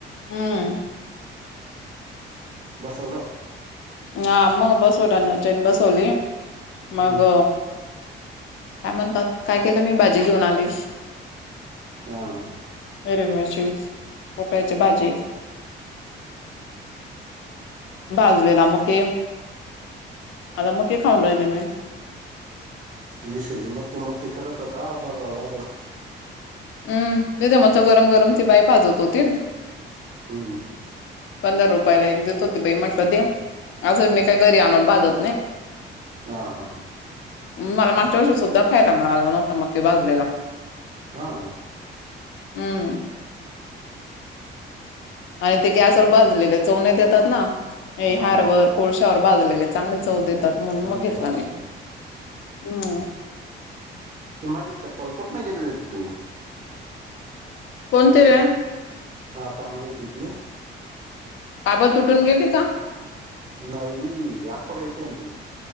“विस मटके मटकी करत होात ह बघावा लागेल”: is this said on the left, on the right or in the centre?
Right